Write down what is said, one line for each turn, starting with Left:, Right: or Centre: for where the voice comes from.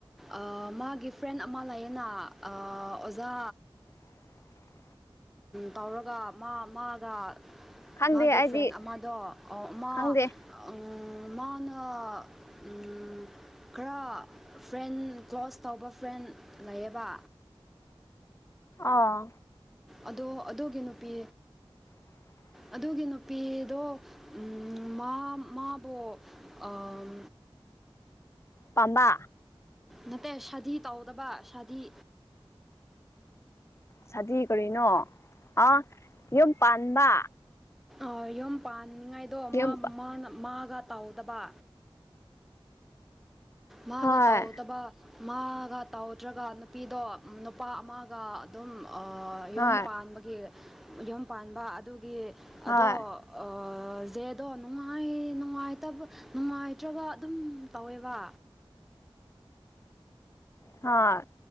Centre: ꯑ ꯃꯥꯒꯤ ꯐ꯭ꯔꯦꯟ ꯑꯃ ꯂꯩꯌꯦꯅ ꯑ ꯑꯣꯖꯥ
Left: <unintelligible>
Centre: ꯇꯧꯔꯒ ꯃꯥ ꯃꯥꯒ
Left: ꯈꯪꯗꯦ
Centre: ꯃꯥꯒꯤ
Left: ꯑꯩꯗꯤ
Centre: ꯐ꯭ꯔꯦꯟ ꯑꯃꯗꯣ ꯑ ꯃꯥ
Left: ꯈꯪꯗꯦ
Centre: ꯏꯪ ꯃꯥꯅ ꯏꯪ ꯈꯔ ꯐ꯭ꯔꯦꯟ ꯀ꯭ꯂꯣꯁ ꯆꯥꯎꯕ ꯐ꯭ꯔꯦꯟ ꯂꯩꯌꯦꯕ
Left: ꯑꯥ
Centre: ꯑꯗꯣ ꯑꯗꯨꯒꯤ ꯅꯨꯄꯤ
Left: <unintelligible>
Centre: ꯑꯗꯨꯒꯤ ꯅꯨꯄꯤꯗꯣ ꯑꯝ ꯃꯥ ꯃꯥꯗꫭ ꯑꯝ
Left: ꯄꯥꯝꯕ
Centre: ꯅꯠꯇꯦ ꯁꯥꯙꯤ ꯇꯧꯗꯕ ꯁꯥꯙꯤ
Left: ꯁꯥꯙꯤ ꯀꯔꯤꯅꯣ ꯑꯥ ꯌꯨꯝ ꯄꯥꯟꯕ
Centre: ꯑ ꯌꯨꯝ ꯄꯥꯟꯅꯤꯉꯥꯏꯗꯣ
Left: ꯌꯨꯝ
Centre: ꯃꯥ ꯃꯥꯅ ꯃꯥꯒ ꯇꯧꯗꯕ ꯃꯥꯒ
Left: ꯍꯣꯏ
Centre: ꯇꯧꯑꯣꯗꯕ ꯃꯥꯒ ꯇꯧ ꯇ꯭ꯔꯒ ꯅꯨꯄꯤꯗꯣ ꯅꯨꯄꯥ ꯑꯃꯒ ꯑꯗꯨꯝ ꯑ
Left: ꯍꯣꯏ
Centre: ꯌꯨꯝ ꯄꯥꯟꯕꯒꯤ ꯌꯨꯝ ꯄꯥꯟꯕ ꯑꯗꯨꯒꯤ
Left: ꯍꯣꯏ
Centre: ꯑꯗꯣ ꯑ ꯖꯦꯗꯣ ꯅꯨꯡꯉꯥꯏꯌꯦ ꯅꯨꯡꯉꯥꯏꯇꯕ ꯅꯨꯡꯉꯥꯏꯇ꯭ꯔꯕ ꯑꯗꯨꯝ ꯇꯧꯋꯦꯕ
Left: ꯍꯥ